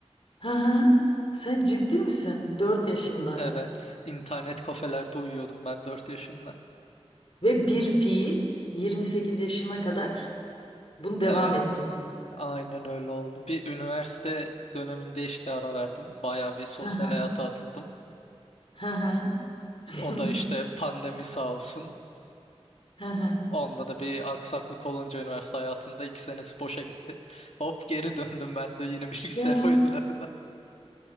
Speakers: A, on the left (about 55°); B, on the left (about 70°).
A: Hı hı. Sen ciddi misin? 4 yaşında
B: Evet, internet kafelerde uyuyordum ben 4 yaşında.
A: ve bir fiil 28 yaşına kadar bunu devam
B: Evet,
A: ettirdin.
B: aynen öyle oldu. Bir üniversite döneminde işte ara verdim. Bayağı bir sosyal
A: Hı hı.
B: hayata atıldım.
A: Hı hı. <laughs>
B: O da işte pandemi sağ olsun
A: Hı hı.
B: Onda da bir aksaklık olunca üniversite hayatımda iki senesi boşa gitti. Hop geri döndüm ben de yine <laughs> bilgisayar
A: Ya
B: oyunlarına.